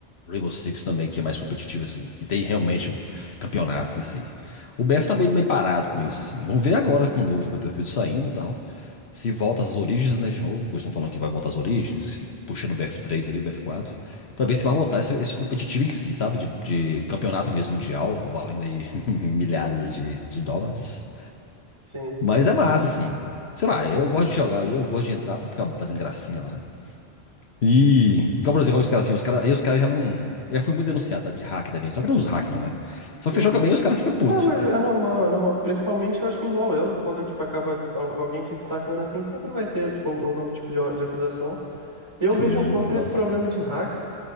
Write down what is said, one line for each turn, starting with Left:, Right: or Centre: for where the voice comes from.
Left: Rainbow Six também, que é mais competitivo assim, e tem realmente campeonatos em si. O BF tá meio, meio parado com isso assim. Vamos ver agora com o novo Battlefield saindo, e tal. Se volta às origens, né, de novo, que eles estão falando que vai voltar às origens, puxando o bf três ali, o bf quatro Pra ver se vai voltar esse, esse competitivo em si, sabe? De, de campeonato mesmo mundial, valendo aí <laughs> milhares de, de dólares.
Right: Sim.
Left: Mas é massa, assim. Sei lá, eu gosto de jogar ali, eu gosto de entrar pra ficar fazendo gracinha lá. E, igual, por exemplo, os caras assim, os cara, aí os caras já não. Eu já fui muito denunciado, tá? De hack também. Só que não os hack, não, né? Só
Right: Uhum,
Left: que você joga bem e os caras ficam putos.
Right: Ah, mas é normal, é normal. Principalmente, eu acho que em low elo, quando, tipo, acaba al- alguém se destacando assim, sempre vai ter, tipo, al- algum tipo de, de acusação. Eu
Left: Sim,
Right: vejo um pouco
Left: nossa.
Right: desse problema de hack